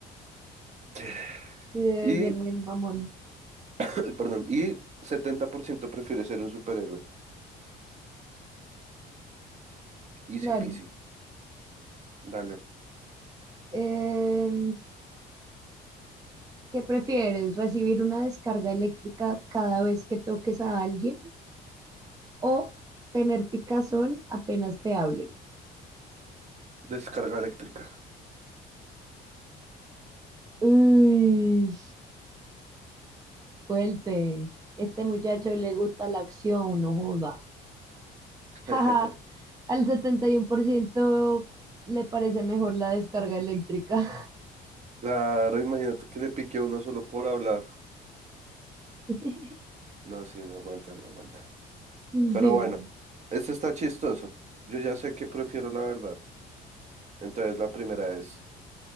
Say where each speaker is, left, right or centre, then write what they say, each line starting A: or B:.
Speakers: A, on the right (about 40°); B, on the right (about 20°).
A: <sighs>
B: Debe
A: Y,
B: ser muy mamón,
A: <clears throat> perdón, y 70% prefiere ser un superhéroe. Easy
B: claro.
A: peasy. Dale.
B: Em, ¿qué prefieres? ¿Recibir una descarga eléctrica cada vez que toques a alguien o tener picazón apenas te hablen?
A: Descarga eléctrica.
B: Uy, fuerte. Este muchacho le gusta la acción, no joda. Jaja,
A: <laughs>
B: al 71% le parece mejor la descarga eléctrica.
A: Claro, imagínate que le pique a uno solo por hablar.
B: <laughs>
A: No, sí, no aguanta, no aguanta.
B: Sí,
A: Pero bueno,
B: man.
A: este está chistoso. Yo ya sé que prefiero la verdad. Entonces, la primera es